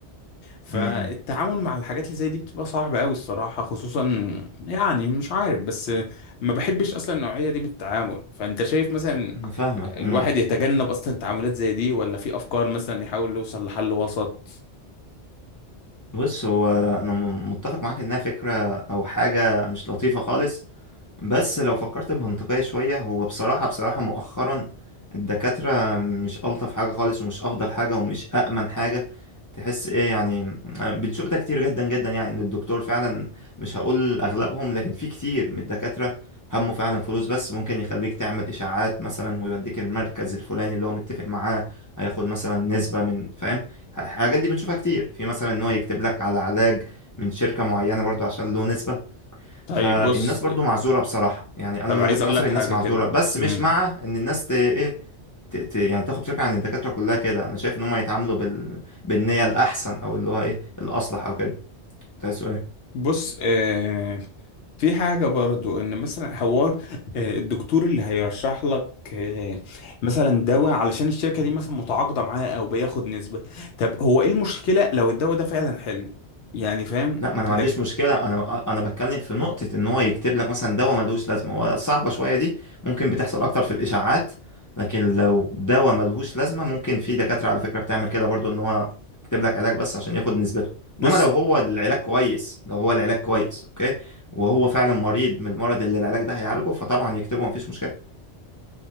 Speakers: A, on the left (about 75°); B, on the left (about 30°).
A: فالتعامل
B: امم إمم.
A: مع الحاجات اللي زي دي بتبقى صعبة قوي الصراحة خصوصا يعني مش عارف بس ما بحبش اصلا النوعية دي من التعامل فانت شايف مثلا
B: انا فاهمك
A: الواحد
B: إمم.
A: يتجنب اصلا تعاملات زي دي ولا في افكار مثلا يحاول يوصل لحل وسط
B: بص هو انا م- متفق معاك انها فكره او حاجه مش لطيفه خالص بس لو فكرت بمنطقية شوية هو بصراحة بصراحة مؤخرا الدكاترة مش ألطف حاجة خالص ومش أفضل حاجة ومش أأمن حاجة تحس إيه يعني آه، بنشوف ده كتير جدا جدا يعني إن الدكتور فعلا مش هقول أغلبهم لكن في كتير من الدكاترة همه فعلا فلوس بس ممكن يخليك تعمل إشاعات مثلا ويوديك المركز الفلاني اللي هو متفق معاه هياخد مثلا نسبة من فاهم الحاجات دي بنشوفها كتير في مثلا إن هو يكتب لك على علاج من شركة معينة برضو عشان له نسبة
A: طيب
B: فالناس
A: بص
B: برضو معذوره بصراحه يعني انا
A: طب
B: من
A: عايز
B: وجهه
A: اقول
B: نظري
A: لك
B: الناس
A: حاجة
B: معذوره
A: كده
B: بس
A: مم.
B: مش مع ان الناس ت... ايه ت... ت... يعني تاخد فكره عن الدكاتره كلها كده انا شايف ان هم يتعاملوا بال... بالنيه الاحسن او اللي هو ايه الاصلح او كده ده سؤال
A: بص آه في حاجة برضو ان مثلا حوار آه الدكتور اللي هيرشح لك آه مثلا دواء علشان الشركة دي مثلا متعاقدة معاه او بياخد نسبة طب هو ايه المشكلة لو الدواء ده فعلا حلو يعني فاهم
B: لا ما انا ما
A: لك
B: عنديش مشكله انا انا بتكلم في نقطه ان هو يكتب لك مثلا دواء ملهوش لازمه هو صعبه شويه دي ممكن بتحصل اكتر في الاشاعات لكن لو دواء ملهوش لازمه ممكن في دكاتره على فكره بتعمل كده برضو ان هو يكتب لك علاج بس عشان ياخد نسبته
A: بص
B: انما لو هو العلاج كويس لو هو العلاج كويس اوكي وهو فعلا مريض من المرض اللي العلاج ده هيعالجه فطبعا يكتبه مفيش مشكله